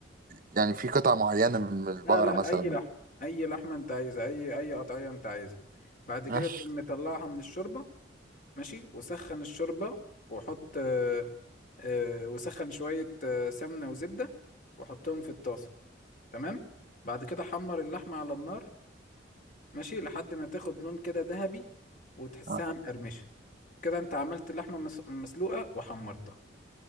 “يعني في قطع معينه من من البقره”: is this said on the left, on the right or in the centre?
Right